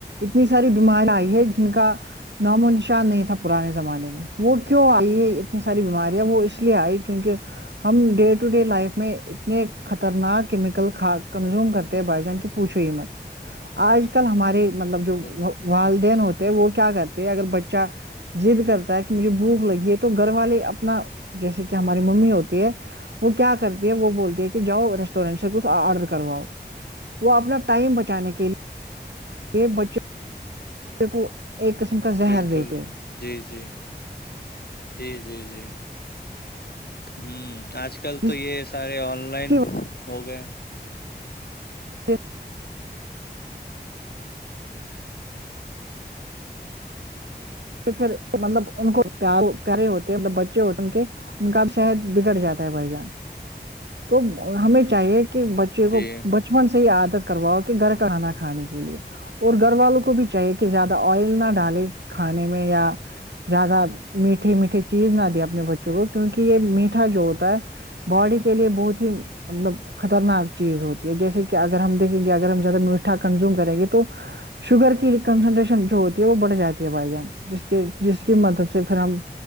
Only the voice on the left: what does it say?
جی
بالکل
بالکل
بالکل
بالکل
جی جی جی جی جی ہوں آج کل تو
یہ سارے آن لائن
ہو گئے
جی